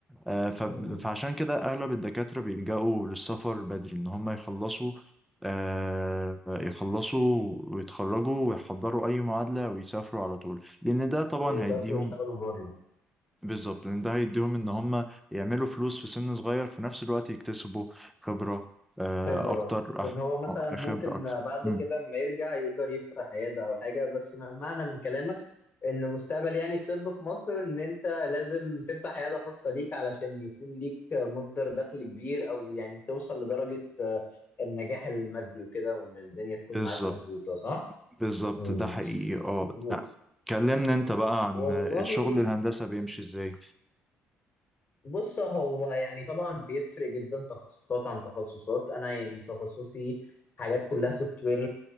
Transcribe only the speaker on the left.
مم.
ويسافروا
يشتغلوا بره
خبرة
وإن هو مثلا
ممكن
بعد
كده لما يرجع يقدر يفتح عيادة أو حاجة بس ما- معنى من كلامك إن مستقبل يعني الطب في مصر إن أنت لازم تفتح عيادة خاصة ليك علشان يكون ليك مصدر دخل كبير أو يعني توصل لدرجة آه، النجاح المادي وكده وإن الدنيا تكون
معاك مظبوطة صح؟
مم.
و-
والله
بص هو يعني طبعا بيفرق جدا تخصصات عن تخصصات انا يعني تخصصي حاجات كلها سوفت وير